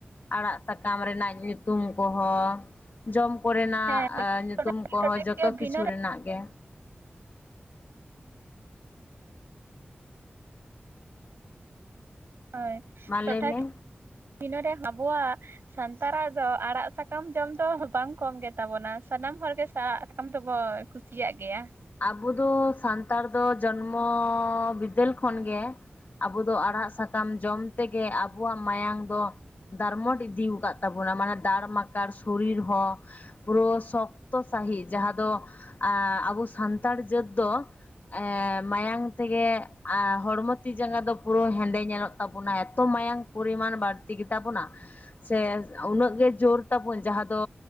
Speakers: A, on the left (about 50°); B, on the right (about 75°).
A: ᱟᱲᱟᱜ ᱥᱟᱠᱟᱢ ᱨᱮᱱᱟᱜ ᱧᱩᱛᱩᱢ ᱠᱚᱦᱚᱸ ᱡᱚᱢ ᱠᱚᱨᱮᱱᱟᱜ
B: ᱦᱮᱸ
A: ᱧᱩᱛᱩᱢ
B: ᱴᱚᱴᱷᱟᱠᱤᱭᱟᱹ
A: ᱠᱚᱦᱚᱸ, ᱡᱚᱛᱚ
B: ᱵᱷᱤᱱᱟᱹ
A: ᱠᱤᱪᱷᱩ
B: ᱨᱮ
A: ᱨᱮᱱᱟᱜ ᱜᱮ ᱾
B: ᱦᱳᱭ,
A: ᱢᱟ
B: ᱴᱚᱴᱷᱟᱠᱤᱭᱟ
A: ᱞᱟᱹᱭ ᱢᱮ᱾
B: <inaudible> ᱟᱵᱚᱣᱟᱜ ᱥᱟᱱᱛᱟᱲᱟᱜ ᱫᱚ ᱟᱲᱟᱜ ᱥᱟᱠᱟᱢ ᱡᱚᱢ ᱫᱚ ᱵᱟᱝ ᱠᱚᱢ ᱜᱮᱛᱟᱵᱚᱱᱟ, ᱥᱟᱱᱟᱢ ᱦᱚᱲᱜᱮ ᱟᱲᱟᱜ ᱥᱟᱠᱟᱢ ᱫᱚᱵᱚ ᱠᱩᱥᱤᱭᱟᱜ ᱜᱮᱭᱟ ᱾
A: ᱟᱵᱚ ᱫᱚ ᱥᱟᱱᱛᱟᱲ ᱫᱚ ᱡᱚᱱᱢᱚ ᱵᱤᱫᱟᱹᱞ ᱠᱷᱚᱱᱜᱮ ᱟᱵᱚ ᱫᱚ ᱟᱲᱦᱟᱜ ᱥᱟᱠᱟᱢ ᱡᱚᱢ ᱛᱮᱜᱮ ᱟᱵᱚᱣᱟᱜ ᱢᱟᱭᱟᱝ ᱫᱚ ᱫᱟᱨᱢᱚᱴ ᱤᱫᱤᱣ ᱟᱠᱟᱫ ᱛᱟᱵᱚᱱᱟ ᱾ ᱢᱟᱱᱮ ᱫᱟᱲ ᱢᱟᱠᱟᱲ ᱥᱚᱨᱤᱨ ᱦᱚᱸ ᱯᱩᱨᱟᱹ ᱥᱚᱠᱛᱚ ᱥᱟᱺᱦᱤᱡ ᱡᱟᱦᱟᱸ ᱫᱚ ᱟᱵᱚ ᱥᱟᱱᱛᱟᱲ ᱡᱟᱹᱛ ᱫᱚ ᱮᱸ ᱢᱟᱭᱟᱝ ᱛᱮᱜᱮ ᱦᱚᱲᱢᱚ ᱛᱤ ᱡᱟᱸᱜᱟ ᱫᱚ ᱯᱩᱨᱟᱹ ᱦᱮᱸᱫᱮ ᱧᱮᱞᱚᱜ ᱛᱟᱵᱚᱱᱟ, ᱮᱛᱚ ᱢᱟᱭᱟᱝ ᱯᱚᱨᱤᱢᱟᱱ ᱵᱟᱹᱲᱛᱤ ᱜᱮᱛᱟᱵᱚᱱᱟ ᱥᱮ ᱩᱱᱟᱹᱜ ᱜᱮ ᱡᱳᱨ ᱛᱟᱵᱚᱱ ᱡᱟᱦᱟᱸ ᱫᱚ